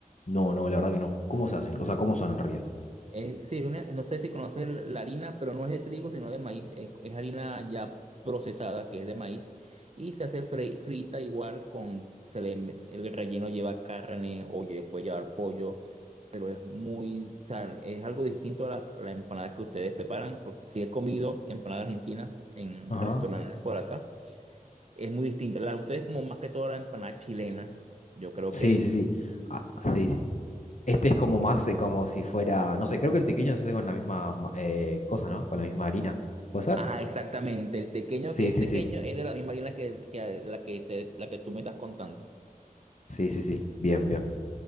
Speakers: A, on the left (about 55°); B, on the right (about 45°).
A: No, no, la verdad que no. ¿Cómo se hacen? O sea, ¿cómo son en realidad?
B: Eh, sí, una- no sé si conoces el- la harina, pero no es de trigo, sino de maíz. Es, es harina ya procesada, que es de maíz. Y se hace fre- frita igual con, se le me- el relleno lleva carne o lle- puede llevar pollo, pero es muy, o sea, es algo distinto a la, a la empanada que ustedes preparan, porque si he comido empanada argentina en
A: Ajá.
B: restaurantes por acá, es muy distinta. La de ustedes como más que toda la empanada chilena, yo creo
A: Sí,
B: que
A: sí, sí. Ah, sí, sí. Este es como más, eh, como si fuera, no sé, creo que el tequeño se hace con la misma ma- eh, cosa, ¿no? Con la misma harina. ¿Puede ser?
B: Ah, exactamente. El tequeño,
A: Sí,
B: que el
A: sí,
B: tequeño
A: sí.
B: es de la misma harina que, que la que te- la que tú me estás contando.
A: Sí, sí, sí. Bien, bien.